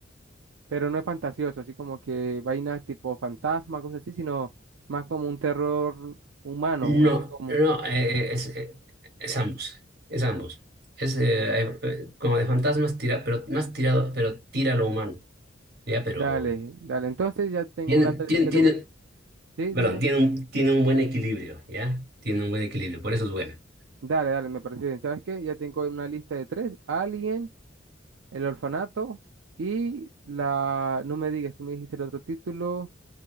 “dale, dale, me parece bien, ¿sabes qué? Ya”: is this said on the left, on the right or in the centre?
Right